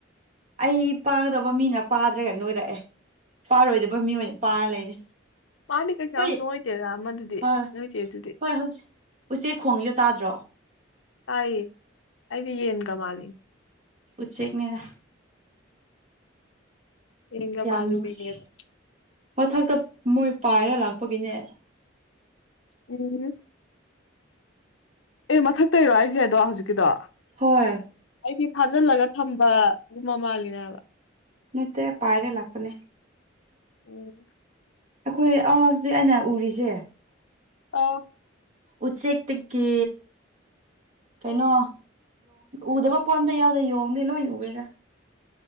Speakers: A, on the right (about 40°); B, on the left (about 80°).
A: ꯑꯩ ꯄꯥꯒꯗꯕ ꯃꯤꯅ ꯄꯥꯗ꯭ꯔꯒ ꯅꯣꯏꯔꯛꯑꯦ ꯄꯥꯔꯣꯏꯗꯕ ꯃꯤ ꯑꯣꯏꯅ ꯄꯥꯔ ꯂꯩꯔꯦ
B: ꯃꯥꯂꯤꯀꯁꯨꯝ
A: ꯍꯣꯏ
B: ꯅꯣꯣꯏꯇꯦꯗ ꯃꯗꯨꯗꯤꯦ
A: ꯍꯣꯏ
B: ꯅꯣꯏꯇꯦ ꯏ ꯑꯗꯨꯗꯤꯦ
A: ꯍꯣꯏ ꯍꯧꯖꯤꯛ ꯎꯆꯦꯛ ꯈꯣꯡꯉꯤꯁꯨꯣ ꯇꯥꯗ꯭ꯔꯣ
B: ꯇꯥꯏꯌꯦ ꯇꯥꯏꯗꯤ ꯌꯦꯟ ꯀ ꯃꯥꯂꯤ
A: ꯄꯨꯦꯅꯦꯗ
B: ꯌꯦꯟꯒ
A: ꯌꯥꯝꯅꯁꯤ
B: ꯃꯥꯜꯂꯨꯔꯤꯅꯦꯕ
A: ꯃꯊꯛꯇ ꯃꯣꯏ ꯄꯥꯏꯔ ꯂꯥꯛ ꯄ ꯀꯉ
B: ꯎꯝ ꯑꯦ ꯃꯊꯛꯇ ꯏꯔꯣ ꯑꯩꯁꯦ ꯑꯗꯣ ꯍꯧꯖꯤꯛꯀꯤꯗꯣ
A: ꯍꯣꯏ
B: ꯑꯩꯗꯤ ꯊꯥꯖꯤꯜꯂꯒ ꯊꯝꯕ ꯑꯗꯨ ꯃꯃꯜꯜꯂꯤꯅꯦ ꯍꯥꯏꯕ
A: ꯅꯇ ꯄꯥꯏꯔ ꯂꯥꯛꯄꯅꯦ
B: ꯎꯝ
A: ꯑꯩꯈꯣꯏ ꯑ ꯍꯧꯖꯤꯛ ꯑꯩꯅ ꯎꯔꯤꯁꯦ
B: ꯑ
A: ꯎꯆꯦꯛꯛꯇ ꯀ ꯀꯩꯅꯣ ꯎꯗꯕ ꯄꯣꯝꯗ ꯌꯥꯎꯗ ꯌꯣꯡꯗꯦ ꯂꯣꯏ ꯎꯒꯦꯒ